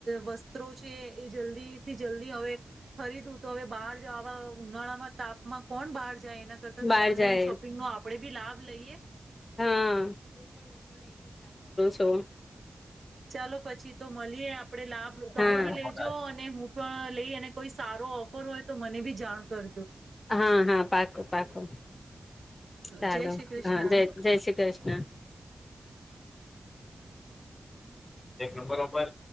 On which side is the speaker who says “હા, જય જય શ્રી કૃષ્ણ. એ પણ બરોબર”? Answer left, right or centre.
Left